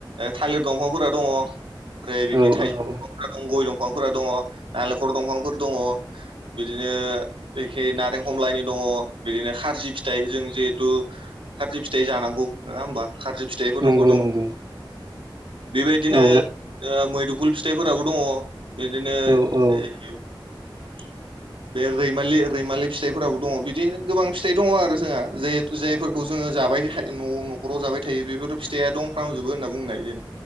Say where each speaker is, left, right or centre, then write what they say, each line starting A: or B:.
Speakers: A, on the right (about 85°); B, on the right (about 55°).
A: थालिर दंफांफोरा दङो ओमफ्राय बिखि
B: औ
A: थाइजौ
B: औ
A: दंफांफोरा दं गय दंफां फोरा दंफांफोरा दङो नालेंखर दंफांफोर दङो। बिदिनो एखे नारें हमलायनि दङ बिदिनो खारजि फिथाइ जों जिहेतु खारजि फिथाइ जानांगौ नङा होमबा खारजि फिथाइखौथ'बो
B: नंगौ
A: दं।
B: नंगौ
A: बेबायदिनो
B: औ
A: ओ मैदुफुल फिथाइफोराबो दङो बिदिनो
B: औ औ
A: ओ <inaudible> बे रैमालि रैमालि फिथाइफोरावो दङो बिदि गोबां फिथाइ दङ आरो जोंहा जेहेथु जायफोरखौ जों जोङो जाबाय' न'खराव जाबाय थायो बेफोर' फिथाइ दंफ्रामजोबो होनना बुंनो हायो।